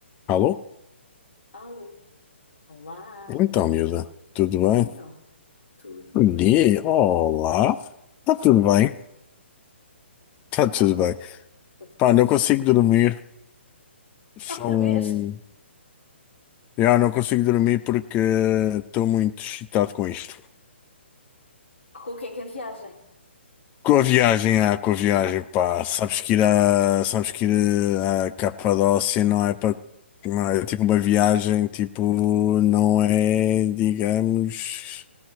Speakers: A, on the left; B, on the left.
A: Alô?
B: Alô. Olá,
A: Então,
B: Bruni.
A: miúda, tudo bem?
B: Então, tudo
A: Bom
B: e contigo?
A: dia, olá. Está tudo bem? Está
B: Então,
A: tudo
B: quanto,
A: bem.
B: quanto
A: Pá,
B: coisas?
A: não consigo dormir. São.
B: Outra vez?
A: Eu não consigo dormir porque estou muito excitado com isto.
B: Com o que é que é a viagem?
A: Com a viagem, ah, com a viagem,
B: Opa,
A: pá. Sabes que ir a, sabes que ir a Capadócia não é para. não é tipo uma viagem, tipo, não é, digamos.